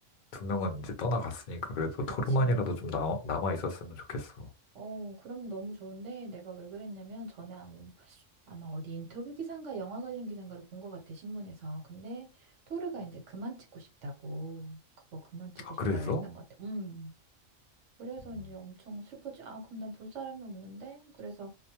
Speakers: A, on the left; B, on the right.
A: 두 명은 이제 떠나갔으니까 그래도
B: 그치.
A: 토르만이라도 좀 남, 남아 있었으면 좋겠어.
B: 어, 그럼 너무 좋은데 내가 왜 그랬냐면 전에 아마 아마 어디 인터뷰 기사인가 영화 관련 기사인가를 본 것 같아, 신문에서. 근데 토르가 이제 그만 찍고 싶다고, 그거 그만 찍고
A: 아,
B: 싶다
A: 그래서?
B: 그랬던 것 같아. 음. 그래서
A: 음,
B: 이제 엄청 슬퍼지. 아, 그럼 난 볼 사람이 없는데? 그래서,